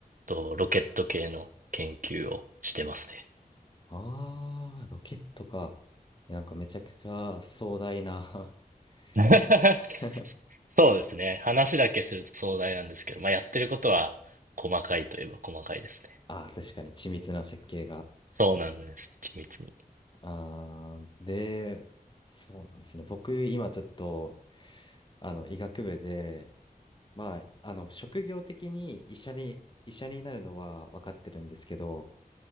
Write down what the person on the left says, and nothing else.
あー、ロケットか。なんかめちゃくちゃ壮大な
<laughs>
えー
ああ確かに緻密な設計が。
ああで、そうなんですね。僕今ちょっと、あの、医学部で、まあ、あの、職業的に医者に、医者になるのは分かってるんですけど、